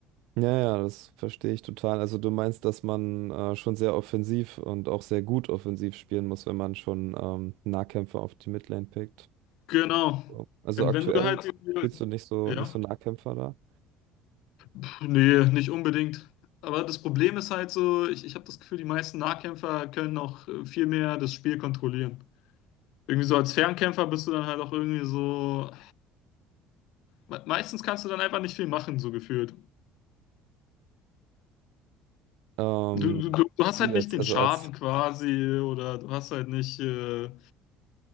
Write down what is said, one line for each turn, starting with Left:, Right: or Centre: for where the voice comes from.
Right: Ja, ja, das verstehe ich total. Also du meinst, dass man äh, schon sehr offensiv und auch sehr gut offensiv spielen muss, wenn man schon ähm, Nahkämpfer auf die Midlane pickt.
Left: Genau.
Right: So. Also
Left: Denn
Right: aktuell
Left: wenn du halt, die-
Right: spielst du nicht so
Left: ja,
Right: nicht so Nahkämpfer da.
Left: Pff, nee, nicht unbedingt. Aber das Problem ist halt so, ich, ich habe das Gefühl, die meisten Nahkämpfer können auch äh, viel mehr das Spiel kontrollieren. Irgendwie so als Fernkämpfer bist du dann halt auch irgendwie so, me- meistens kannst du dann einfach nicht viel machen, so gefühlt.
Right: Ähm,
Left: Du, du, du du hast
Right: wie
Left: halt
Right: jetzt,
Left: nicht den
Right: also
Left: Schaden
Right: als
Left: quasi oder du hast halt nicht äh,